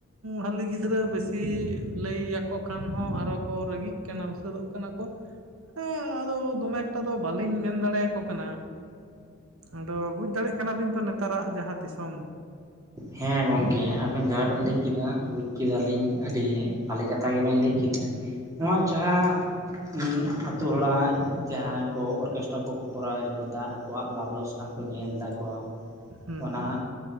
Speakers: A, on the right (about 75°); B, on the right (about 15°).
A: ᱦᱟᱹᱞᱤ ᱜᱤᱫᱽᱨᱟᱹ ᱵᱮᱥᱤ ᱞᱟᱹᱭ ᱟᱠᱚ ᱠᱷᱟᱱ ᱦᱚᱸ ᱟᱨ ᱦᱳᱸᱠᱚ ᱨᱟᱹᱜᱤᱜ ᱠᱟᱱᱟ ᱩᱥᱟᱹᱫᱚᱜ ᱠᱟᱱᱟ ᱾ ᱠᱟᱱᱟ ᱠᱚ ᱟᱫᱚ ᱟᱫᱚ ᱫᱚᱢᱮ ᱮᱠᱴᱟ ᱫᱚ ᱵᱟᱹᱞᱤᱧ ᱢᱮᱱ ᱫᱟᱲᱮᱭᱟᱠᱚ ᱠᱟᱱᱟ ᱾ ᱟᱫᱚ ᱵᱩᱡᱽ ᱫᱟᱲᱮᱭᱟᱜ ᱠᱟᱱᱟ ᱵᱤᱱ ᱛᱚ ᱱᱮᱛᱟᱨᱟᱜ ᱡᱟᱦᱟᱸ ᱫᱤᱥᱚᱢ ᱾
B: ᱦᱮᱸ ᱜᱚᱝᱠᱮ ᱟᱵᱤᱱ ᱡᱟᱦᱟᱸ ᱵᱤᱱ ᱞᱟᱹᱭ ᱠᱮᱫᱟ ᱵᱩᱡᱽ ᱠᱮᱫᱟ ᱞᱤᱧ ᱟᱹᱰᱤ ᱵᱷᱟᱞᱮ ᱠᱟᱛᱷᱟ ᱜᱮᱵᱤᱱ ᱞᱟᱹᱭ ᱠᱮᱫᱟ
A: ᱦᱮᱸ
B: ᱱᱚᱣᱟ ᱡᱟᱦᱟᱸ ᱟᱛᱳ ᱦᱚᱲᱟᱜ ᱡᱟᱦᱟᱸᱭ ᱠᱚ ᱚᱨᱠᱮᱥᱴᱨᱟ ᱠᱚᱠᱚ ᱠᱚᱨᱟᱣ ᱦᱚᱪᱚᱭᱟ ᱟᱠᱚᱣᱟᱜ ᱞᱟᱵᱷ ᱞᱚᱥ ᱾ ᱚᱱᱠᱟ ᱠᱚ ᱧᱮᱞ ᱮᱫᱟ ᱠᱚ
A: ᱦᱮᱸ
B: ᱚᱱᱟ